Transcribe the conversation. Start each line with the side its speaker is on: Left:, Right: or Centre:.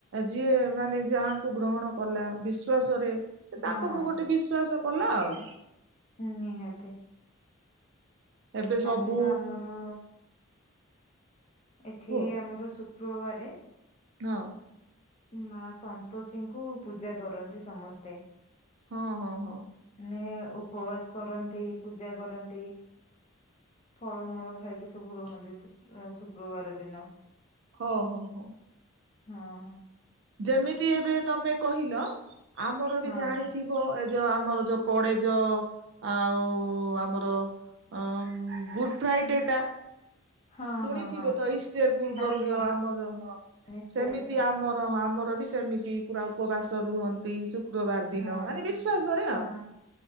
Right: ଯିଏ ମାନେ ଯାହାକୁ ଗ୍ରହଣ କଲା ବିଶ୍ଵାସରେ। ସେ
Left: ହଁ
Right: ତାଙ୍କକୁ ଗୋଟେ ବିଶ୍ଵାସ କଲା ଆଉ।
Left: ହଁ ନିହାତି।
Right: ଏବେ ସବୁ
Left: ଆଜି ତ ଆମର ଏଠି
Right: କୁହ
Left: ଆମର ଶୁକ୍ରବାରେ
Right: ହଁ।
Left: ମା ସନ୍ତୋଷୀଙ୍କୁ ପୂଜା କରନ୍ତି ସମସ୍ତେ।
Right: ହଁ ହଁ ହଁ।
Left: ନିଏ ଉପବାସ କରନ୍ତି। ପୂଜା କରନ୍ତି ଫଳମୂଳ ଖାଇକି ସ ସବୁ ରୁହନ୍ତି ଶ୍ରୁ ଶୁକ୍ରବାର ଦିନ।
Right: ହଁ ହଁ ହଁ।
Left: ହଁ।
Right: ଯେମିତି ଏବେ ତମେ କହିଲ ଆମର
Left: ହଁ
Right: ବି ଜାଣିଥିବ? ଏ ଯୋଉ ଆମର ଯୋଉ ପଡେଜ ଆଉ ଆମର ଅ ଗୁଡ୍ ଫ୍ରାଇଡେଟା।
Left: ହଁ
Right: ଶୁଣିଥିବେ
Left: ହଁ ହଁ
Right: ତ ଇଷ୍ଟର ପୂର୍ବରୁ
Left: ଆଜ୍ଞା
Right: ଯୋଉ ଆମର ହଁ।
Left: ନିଶ୍ଚୟ
Right: ସେମିତି ଆମର ହଁ ଆମର ବି ସେମିତି। ତି ପୁରା ଉପବାସ ରୁହନ୍ତି ଶୁକ୍ରବାର ଦିନ
Left: ହଁ।
Right: ମାନେ ବିଶ୍ଵାସ ରେ
Left: ହଁ
Right: ଆଉ।